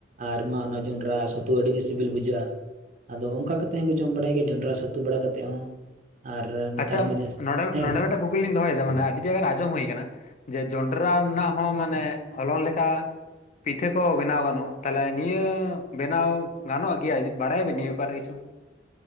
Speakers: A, on the right (about 40°); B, on the left (about 40°).
A: ᱟᱨ ᱢᱟ ᱚᱱᱟ ᱡᱚᱸᱰᱨᱟ ᱪᱷᱟᱹᱛᱩ ᱟᱹᱰᱤ ᱜᱮ ᱥᱤᱵᱤᱞ ᱵᱩᱡᱷᱟᱹᱜᱼᱟ ᱾ ᱟᱫᱚ ᱚᱱᱠᱟ ᱠᱟᱛᱮ ᱦᱚᱸᱠᱚ ᱡᱚᱢ ᱵᱟᱲᱟᱭ ᱜᱮᱭᱟ ᱡᱚᱸᱰᱨᱟ ᱥᱟᱹᱛᱩ ᱵᱟᱲᱟ ᱠᱟᱛᱮᱫ ᱦᱚᱸ ᱾ ᱟᱨ ᱱᱮᱛᱟᱨ
B: ᱟᱪᱪᱷᱟ
A: ᱢᱟ ᱡᱟᱥ
B: ᱱᱚᱰᱮ
A: ᱦᱮᱸ
B: ᱱᱚᱰᱮ
A: ᱾
B: ᱢᱤᱫᱴᱮᱱ ᱠᱩᱠᱞᱤ ᱞᱤᱧ ᱫᱚᱦᱚᱭᱮᱫᱟ ᱢᱟᱱᱮ ᱟᱹᱰᱟ ᱡᱟᱜᱟ ᱨᱮ ᱟᱸᱡᱚᱢ ᱦᱩᱭ ᱟᱠᱟᱱᱟ, ᱡᱮ ᱡᱚᱱᱰᱨᱟ ᱨᱮᱱᱟᱜ ᱦᱚᱸ ᱢᱟᱱᱮ ᱦᱚᱞᱚᱝ ᱞᱮᱠᱟ, ᱯᱤᱴᱷᱟᱹ ᱠᱚ ᱵᱮᱱᱟᱣ ᱜᱟᱱᱚᱜᱼᱟ, ᱛᱟᱦᱚᱞᱮ ᱱᱤᱭᱟᱹ ᱵᱮᱱᱟᱣ ᱜᱟᱱᱚᱜ ᱜᱮᱭᱟ ᱵᱟᱲᱟᱭᱟ ᱵᱮᱱ ᱱᱤᱭᱟᱹ ᱵᱮᱯᱟᱨ ᱨᱮ ᱠᱤᱪᱷᱩ?